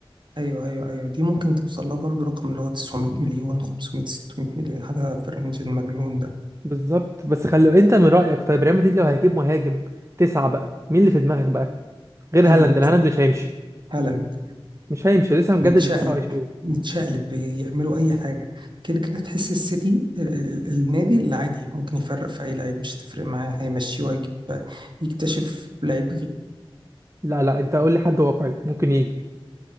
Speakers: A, on the right; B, on the right.
A: ايوه ايوه ايوه دي ممكن توصل لها برضه رقم اللي هو 900 مليون 500 600 مليون حاجه في الرينج المجنون ده
B: بالظبط بس خلي انت من رأيك طيب ريال مدريد لو هيجيب مهاجم تسعة بقى مين اللي في دماغك بقى غير
A: هالاند
B: هالاند لأن هالاند مش هيمشي
A: هالاند
B: مش هيمشي لسه مجدد
A: نتشقلب
B: ل 29
A: نتشقلب يعملوا اي حاجه كده كده تحس السيتي ال- ال- ال- النادي اللي عادي ممكن يفرق في اي لعيب مش هتفرق معاه هيمشيه وهيجيب يكتشف لعيب
B: لا لا انت قول لي حد واقعي ممكن يجي